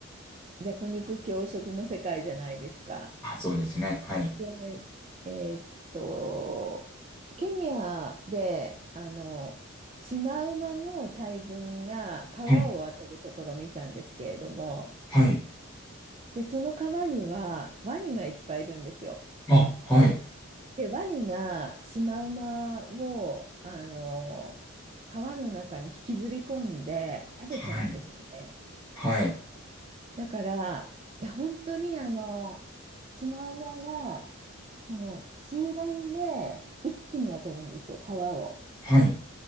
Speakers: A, on the right (about 30°); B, in the centre.
A: 弱肉強食の世界じゃないですか。
B: あ、そうですね。はい。
A: で、えーっと、ケニアで、あの、シマウマの大群が川を渡るところを見たんですけれども、
B: はい。はい。
A: で、その川にはワニがいっぱいいるんですよ。
B: あ、はい。
A: で、ワニがシマウマを、あの、川の中に引きずり込んで食べちゃうんですよね。
B: はい。はい。
A: だから、いや、本当にあの、シマウマが、その、集団で一気に渡るんですよ、川を。
B: はい。